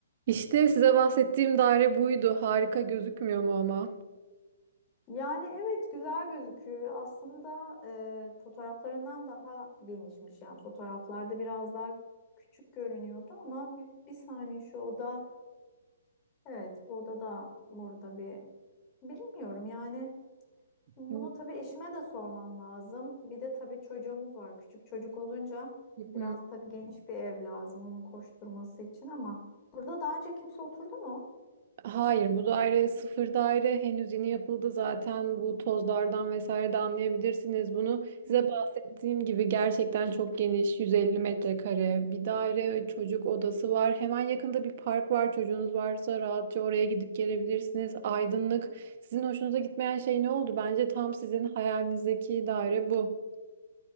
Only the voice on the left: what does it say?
Yani evet güzel gözüküyor. Aslında e, fotoğraflarından daha genişmiş. Yani fotoğraflarda biraz daha küçük görünüyordu ama bir, bir saniye şu oda evet bu oda da burada bir bilmiyorum yani bunu
tabii eşime de sormam lazım. Bir de tabii çocuğumuz var. Küçük çocuk olunca
biraz tabii geniş bir ev lazım onun koşturması için ama burada daha önce kimse oturdu mu?
Hmm.